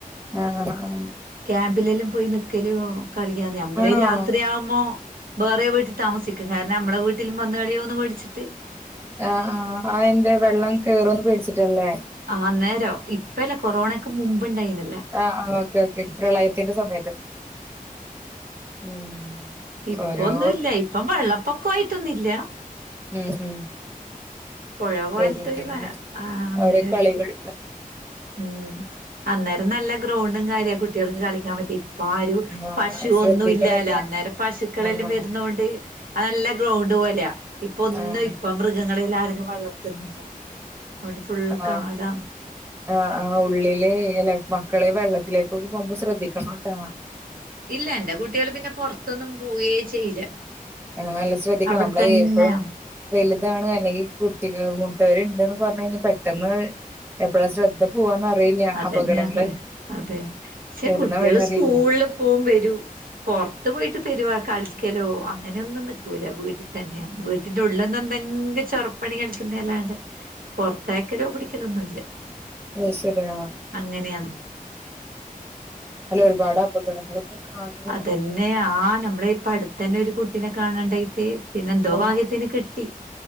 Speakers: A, on the right; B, on the right.
A: ആഹ് ആഹ്
B: ക്യാമ്പിലെല്ലാം പോയി നിക്കല് കളിക്കാ നമ്മള്
A: ആണോ
B: രാത്രിയാവുമ്പോ
A: ആഹ്
B: വേറെ വീട്ടിൽ താമസിക്ക കാരണം നമ്മള വീട്ടിലും വന്ന്കളയോന്ന് പേടിച്ചിട്ട്
A: ആഹ് ആഹ് അ എന്തേ വെള്ളം കേറോന്ന് പേടിച്ചിട്ടല്ലേ
B: ആന്നേരം ഇപ്പല്ല കൊറോണയ്ക്ക് മുമ്പ്ണ്ടായിന
A: ആഹ് ആഹ് ഓക്കെ ഓക്കെ പ്രളയത്തിന്റെ സമയത്ത് ഉം
B: ഇപ്പൊന്നുല്ല
A: ഓരോ
B: ഇപ്പം വെള്ളപ്പൊക്കയിട്ടൊന്നില്ല
A: ഉം ഉം
B: പൊഴ പോലത്തൊരു
A: പ്രകൃതിയുടെ
B: സാ ആഹ് അങ്ങനെ
A: ഓരോ
B: ഒരുനിക്ക്
A: കളികൾ
B: ഉം അന്നേരം നല്ല ഗ്രൗണ്ടും കാര്യ കുട്ടികൾക്ക് കളിക്കാൻ പറ്റി ഇപ്പൊ ആരു
A: ആഹ്
B: പശു
A: ശ്രദ്ധിക്കണട്ടോ
B: ഒന്നും ഇല്ലാല്ല അന്നേരം പശുക്കളെല്ലാം
A: ആഹ്
B: വരുന്ന കൊണ്ട് അല്ല ഗ്രൗണ്ട് പോലെയാ ഇപ്പൊ ഒന്നും
A: ആഹ്
B: ഇപ്പ മൃഗങ്ങളെല്ല ആരൊ വളർത്തുന്ന്ല്ല അവണ്ട് ഫുൾ
A: ആഹ്
B: കാടാ
A: ആഹ് ആഹ് ഉള്ളിലെ മക്കളെ വെള്ളത്തിലേക്കൊക്കെ പോകുമ്പോ ശ്രദ്ധിക്കണംട്ടാ
B: ഇല്ല എന്റെ കുട്ടികള് പിന്നെ പൊറത്തൊന്നും പോവേ ചെയ്യില്ല
A: ആഹ് നല്ല ശ്രദ്ധിക്കണം
B: അവിടെത്തന്നെയാ
A: നമ്മളെ എപ്പഴും വലുതാണ് അല്ലെങ്കി കുട്ടിക മൂത്തവരുണ്ട്ന്ന് പറഞ്ഞു കഴിഞ്ഞാ പെട്ടെന്ന് എ എപ്പഴാ ശ്രദ്ധ പോവാന്നറിയില്ല
B: അതന്നെ
A: അപകടങ്ങള്
B: അതെ അതെ ക്ഷെ
A: വരുന്ന
B: കുട്ടികള്
A: വഴി അറിയില്ല
B: സ്കൂള് പോവും വരും പൊറത്ത് പോയിട്ട് പെരുവാ കളിക്കലോ അങ്ങനെയൊന്നും നിക്കൂല വീട്ടിൽ തന്നെയാ വീ ഇതിൻ്റെ ഉള്ളിന്നെന്തെങ്കി ചെറുപ്പണി കളിക്കുന്ന അല്ലാണ്ടെ പൊറത്തയക്കലോ പിടിക്കലൊന്നുല്ല
A: അഹ് ശരിയാ
B: അങ്ങനെയാണ്
A: അല്ല ഒരുപാട് അപകടങ്ങള് ന്നെ കാണും
B: അതന്നെ ആഹ് നമ്മളെ ഇപ്പ അടുത്തന്നെ ഒരു കുട്ടീനെ കാണാണ്ടായിട്ട് പിന്നെന്തോ
A: ആഹ്
B: ഭാഗ്യത്തിന് കിട്ടി